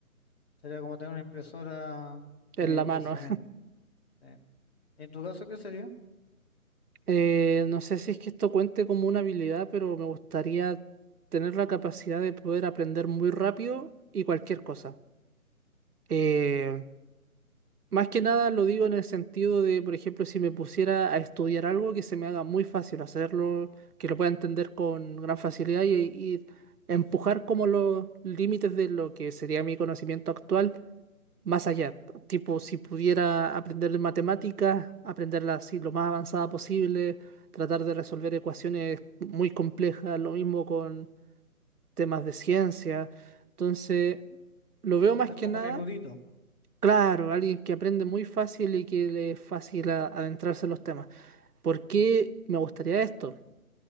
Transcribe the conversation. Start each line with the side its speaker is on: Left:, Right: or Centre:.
Left: sería como tener una impresora
Right: en
Left: de
Right: la mano.
Left: pensamiento. sí. ¿Y en tu caso qué sería?
Right: Eh, no sé si es que esto cuente como una habilidad, pero me gustaría tener la capacidad de poder aprender muy rápido y cualquier cosa. Eh, más que nada lo digo en el sentido de, por ejemplo, si me pusiera a estudiar algo que se me haga muy fácil hacerlo, que lo pueda entender con gran facilidad y, y empujar como los límites de lo que sería mi conocimiento actual más allá. Tipo, si pudiera aprender matemáticas, aprenderla así lo más avanzada posible, tratar de resolver ecuaciones muy complejas, lo mismo con temas de ciencia. Entonces, lo veo más
Left: Ser
Right: que
Left: como
Right: nada,
Left: un erudito,
Right: claro, alguien que aprende muy fácil y que le es fácil a- adentrarse en los temas. ¿Por qué me gustaría esto?